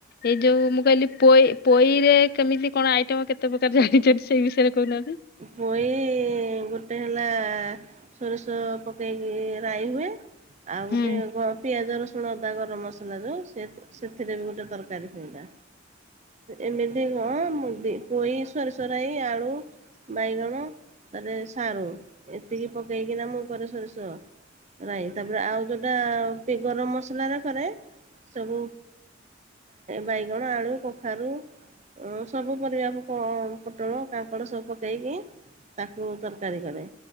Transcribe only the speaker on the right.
ପୋଇ ଗୋଟେ ହେଲା ସୋରିଷ ପକେଇକି ରାଇ ହୁଏ। ଆଉ
ଗୋଟେ ପିଆଜ ରସୁ ଲସୁଣ ଅଦା ଗରମ ମସଲା ଯୋଉ ସେ ସେଥିରେ ବି ଗୋଟେ ତରକାରୀ ଥିଲା ଏମିତି କଣ ମୁ ପୋଇ ସରି ସରାଇ ଆଳୁ ବାଇଗଣ ତାପରେ ସାରୁ ଏତିକି ପକେଇକିନା ମୁଁ କରେ ସୋରିଷ ରାଇ ତାପରେ ଆଉ ଯୋଉଟା ଗରମ ମସଲାରେ କରେ ସବୁ ବାଇଗଣ, ଆଳୁ, କଖାରୁ ସବୁ ପରିବା ପୋଟଳ, କାଙ୍କଡ଼ ସବୁ ପକେଇକି ତାକୁ ତରକାରୀ କରେ